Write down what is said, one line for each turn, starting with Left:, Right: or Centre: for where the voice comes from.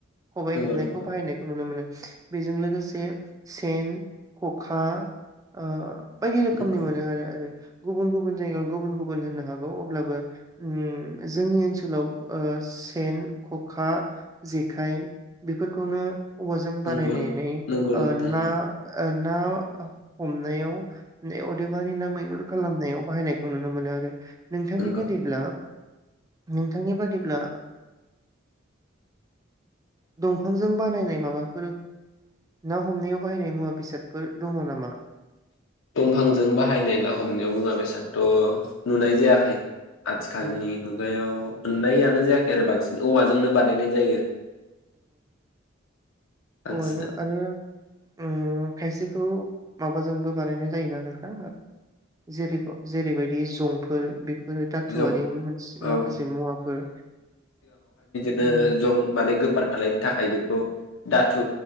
Right: हेबनायखौ
Left: नंगौ नंगौ
Right: बाहायनायखौ नुनो मोनो बेजों लोगोसे सेन खखा ओ बायदि रोखोमनि
Left: नंगौ।
Right: मोनो आरो आरो गुबुन गुबुन जायगायाव गुबुन गुबुन होननो हागौ अब्लाबो उ जोंनि ओनसोलाव सेन खखा जेखाइ बेफोरखौनो औवाजों बानायनानै
Left: नंगौ नंगौ
Right: ओ
Left: नोंथां
Right: ना ना हमनायाव अदेबानि ना मैहुर खालामनायाव बाहायनायखौ नुनो मोनो। बेनो आरो। नोंथांनि
Left: नंगौ
Right: बादिब्ला नोंथांनि बादिब्ला दंफांजों बानायनाय माबाफोर ना हमनायाव बाहायनाय मुवा बेसादफोर दङ नामा?
Left: दंफांजों बाहायनाय ना हमनायाव मुङा बेसादथ' नुनाय जायाखै आथिखालनि
Right: औ
Left: मुगायाव नुनाय आनो जायाखेर बांसिन औवाजोंनो बानायनाय जायो। बांसिना
Right: औ आदा आरो अम खायसेखौ माबाजोंबो बानायनाय जायोना नोंथा जेरै जेरैबायदि जंफोर बे दाथुआरि
Left: जं औ
Right: माखासे मुवाफोर
Left: जे
Right: उम
Left: जों माने गोफार खालामनो थाखाय बेखौ -खौ दाथु